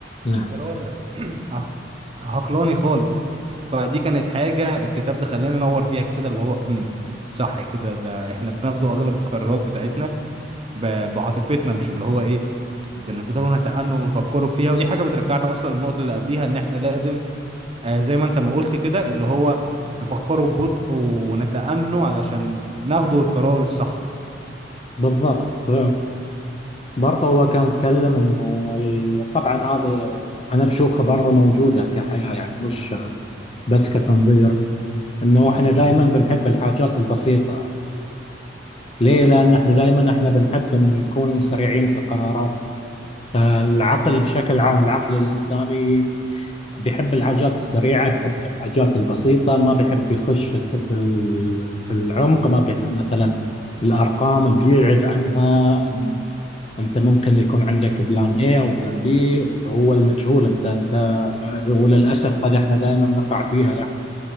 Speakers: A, on the left; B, on the right.
A: نعم
B: كانش قرار <clears throat> عق- عقلاني خالص فدي كانت حاجة الكتاب ده خلاني انور فيها كده اللي هو هم صح كده ده احنا بناخده اغلب القرارات بتاعتنا ب- بعاطفتنا مش اللي هو ايه بنفضلوا نتأنوا ونفكروا فيها ودي حاجة بترجعنا اصلا للنقطة اللي قبليها ان احنا لازم آه زي ما انت ما قلت كده اللي هو نفكروا ببطء ونتأنوا علشان ناخدوا القرار الصح
A: بالضبط ف- وبرضه هو كان يتكلم انه ال- طبعا هذا انا بشوفها برضه موجوده كحياه يعني مش بس كتنظير انه احنا
B: مم.
A: دائما بنحب الحاجات البسيطه ليه؟ لأن احنا دائما احنا بنحب نكون سريعين في قراراتنا فالعقل بشكل عام العقل الإنساني بيحب الحاجات السريعة بيحب الحاجات البسيطة ما بيحب يخش في الت- في ال- في العمق ما بيحب مثلا الأرقام بيبعد عنها إنه أنت ممكن يكون عندك بلان A أو بلان B اللي هو المجهول أنت أنت وللأسف هذه احنا دائما نقع فيها يعني